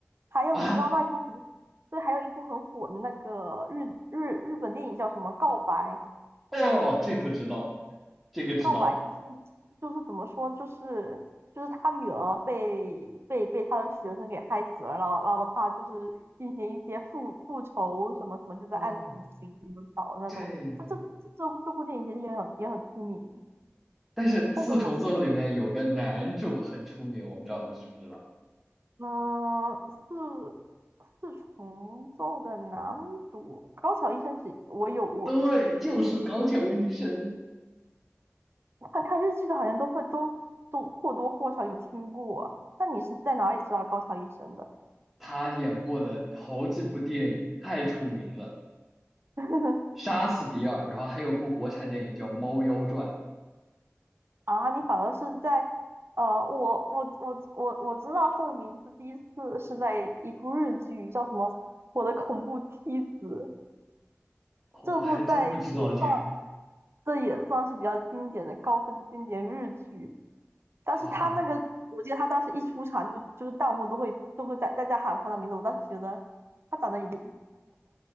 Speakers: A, on the right; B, in the centre.
A: 还有你知道那一部很，
B: 啊，
A: 对，还有一部很火的那个日日日本电影叫什么《告白》？
B: 哦，这不知道，这个知道，
A: 告白就是就是怎么说，就是就是他女儿被被被他的学生给害死了，然后然后他就是进行一些复复仇什么什么，就在暗地里行什么搞的那种。
B: 哦，这不，
A: 他这部这部这部电影其实也很也很出名，
B: 但是四重奏里面有个男主很出名，
A: 但是我其实也
B: 我不知道你知不知道？
A: 嗯四四重奏的男主高桥医生是，我有我
B: 对，就是高桥医生，
A: 看看日剧的，好像都会都都或多或少有听过。那你是在哪里知道高桥医生的？
B: 他演过的好几部电影太出名了，
A: <laughs>
B: 《杀死比尔》，然后还有部国产电影叫《猫妖传》。
A: 啊，你反而是在，呃，我我我我我知道他的名字，第一次是在一部日剧，叫什么《我的恐怖妻子》。
B: 哦我还真不知道这个
A: 这部在也算这也算是比较经典的高分经典日剧，但是他那个，
B: 哦，
A: 我记得他当时一出场就就是弹幕都会都会在在在喊他的名字，我当时觉得他长得有点